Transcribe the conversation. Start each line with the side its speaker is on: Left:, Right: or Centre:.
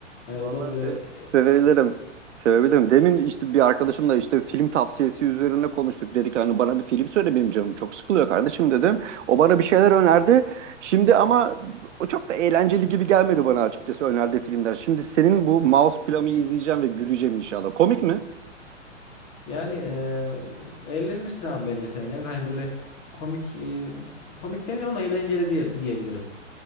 Left: Yani
Right: Vallahi
Left: o da böyle
Right: seve-
Left: e,
Right: sevebilirim. Sevebilirim. Demin işte bir arkadaşımla işte film tavsiyesi üzerine konuştuk. Dedik hani bana bir film söyle benim canım çok sıkılıyor kardeşim dedim. O bana bir şeyler önerdi. Şimdi ama o çok da eğlenceli gibi gelmedi bana açıkçası önerdiği filmler. Şimdi senin bu Mouse Plami'yi izleyeceğim ve güleceğim inşallah. Komik mi?
Left: yani e, eğlenirsin abi bence sen ya. Hani böyle komik e, komik demiyorum ama eğlenceli diye diyebilirim.